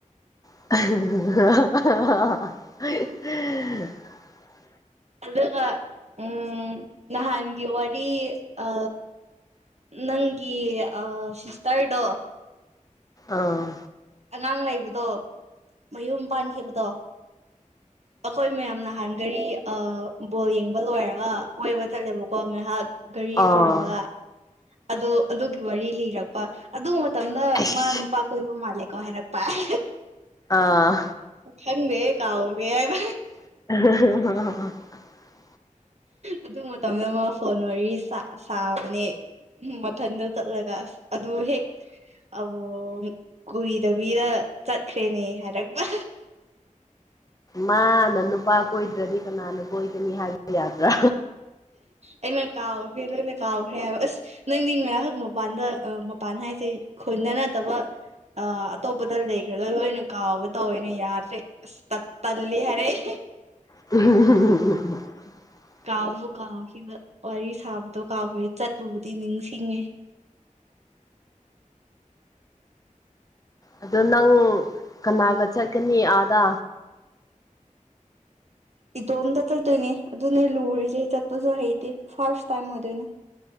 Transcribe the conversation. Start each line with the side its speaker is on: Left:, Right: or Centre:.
Left: <unintelligible>
Right: ꯑꯗꯨꯒ ꯎꯝ ꯅꯍꯥꯟꯒꯤ ꯋꯥꯔꯤ ꯑ ꯅꯪꯒꯤ ꯑ ꯁꯇꯥꯔꯗꯣ
Left: ꯑꯥ
Right: ꯑꯉꯥꯡ ꯂꯩꯕꯗꯣ ꯃꯌꯨꯝ ꯄꯥꯟꯈꯤꯕꯗꯣ ꯑꯩꯈꯣꯏ ꯃꯌꯥꯝ ꯅꯍꯥꯟꯒꯔꯤ ꯑ ꯕꯣꯜ ꯌꯦꯡꯕ ꯂꯣꯏꯔꯒ ꯀꯣꯏꯕ ꯆꯠꯂꯦꯕꯀꯣ ꯉꯥꯏꯍꯥꯛ ꯒꯥꯔꯤ
Left: ꯑꯥ
Right: ꯊꯣꯡꯉꯒ
Left: ꯑꯥ
Right: ꯑꯗꯣ ꯑꯗꯨꯒꯤ ꯋꯥꯔꯤ ꯂꯤꯔꯛꯄ ꯑꯗꯨ ꯃꯇꯝꯗ
Left: ꯑꯁ
Right: ꯃꯥ ꯅꯨꯄꯥ ꯀꯣꯏꯕ ꯃꯥꯜꯂꯦꯀꯣ ꯍꯥꯏꯔꯛꯄ ꯄꯥꯏ
Left: ꯑꯥ
Right: ꯍꯗꯦ ꯀꯥꯎꯗꯦꯕ
Left: <unintelligible>
Right: ꯑꯗꯨ ꯃꯇꯝꯗ ꯃꯥ ꯐꯣꯟ ꯋꯥꯔꯤ ꯁꯥꯕꯅꯦ ꯎꯝ ꯃꯟ ꯆꯠꯂꯒ ꯑꯗꯨ ꯍꯦꯛ ꯑꯣ ꯀꯨꯔꯤꯗꯕꯤꯗ ꯆꯠꯈ꯭ꯔꯦꯅꯦ ꯍꯥꯏꯔꯛꯄ
Left: ꯃꯥꯅ ꯅꯨꯄꯥ ꯀꯣꯏꯗ꯭ꯔꯗꯤ ꯀꯅꯥꯅ ꯀꯣꯏꯗꯅꯤ ꯍꯥꯏꯕ ꯌꯥꯗ꯭ꯔꯥ
Right: ꯑꯩꯅ ꯀꯥꯎꯈ꯭ꯔꯦ ꯂꯣꯏꯅ ꯀꯥꯎꯈ꯭ꯔꯦ ꯍꯥꯏꯕ ꯑꯁ ꯅꯪꯗꯤ ꯉꯥꯏꯍꯥꯛ ꯃꯄꯥꯟꯗ ꯃꯄꯥꯟ ꯍꯥꯏꯁꯦ ꯈꯣꯟꯗ ꯅꯠꯇꯕ ꯑ ꯑꯇꯣꯞꯄꯗ ꯂꯩꯈ꯭ꯔꯒ ꯂꯣꯏꯅ ꯀꯥꯎꯕ ꯇꯧꯋꯦꯅ ꯌꯥꯗ꯭ꯔꯦ ꯑꯁ ꯇꯜꯂꯤ ꯍꯥꯏꯔꯛ
Left: <unintelligible>
Right: ꯀꯥꯎꯕꯁꯨ ꯀꯥꯎꯈꯤꯕ ꯋꯥꯔꯤ ꯁꯥꯕꯗꯣ ꯀꯥꯎꯈ꯭ꯔꯦ ꯆꯠꯄꯨꯕꯨꯗꯤ ꯅꯤꯡꯁꯤꯡꯉꯦ
Left: ꯑꯗꯣ ꯅꯪ ꯀꯅꯥꯒ ꯆꯠꯀꯅꯤ ꯑꯥꯗ
Right: ꯏꯇꯣꯝꯇ ꯆꯠꯇꯣꯏꯅꯦ ꯑꯗꯨ ꯅ ꯂꯨꯔꯤꯁꯦ ꯆꯠꯄꯁꯨ ꯍꯩꯇꯦ ꯐꯥꯔꯁ ꯇꯥꯏꯝ ꯑꯣꯏꯗꯣꯏꯅꯦ